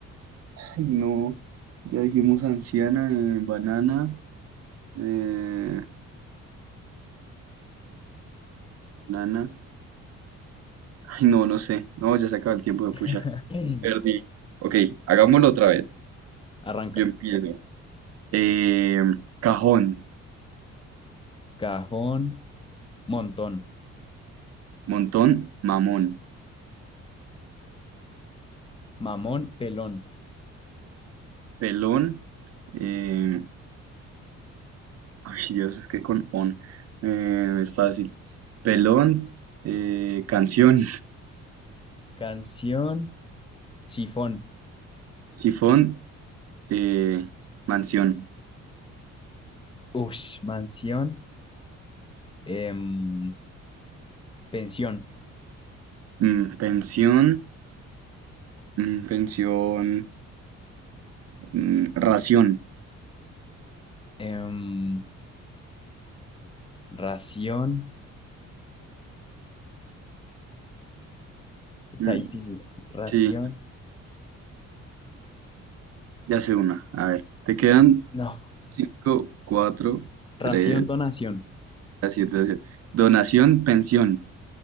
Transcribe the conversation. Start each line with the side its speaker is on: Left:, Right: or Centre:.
Right: ay, no. Ya dijimos anciana, eh, banana, eh, banana. Ay, no, no sé. No, ya se acaba el tiempo de pucha.
Left: <laughs> Bien,
Right: Perdí. Ok, hagámoslo otra vez.
Left: arranca.
Right: Yo empiezo. Eh, cajón,
Left: Cajón, montón,
Right: montón, mamón,
Left: mamón, pelón,
Right: pelón. eh, ay, Dios, es que con on eh, es fácil. Pelón, eh, canción,
Left: canción, sifón,
Right: sifón, eh, mansión,
Left: ush, mansión, em, pensión,
Right: mm, pensión, mm, pensión, mm, ración.
Left: em, ración, está
Right: mm,
Left: difícil, ración.
Right: sí, ya sé una. A ver, te quedan
Left: No,
Right: cinco, cuatro,
Left: Ración,
Right: tres.
Left: donación.
Right: Gracias, gracias. Donación, Donación, pensión.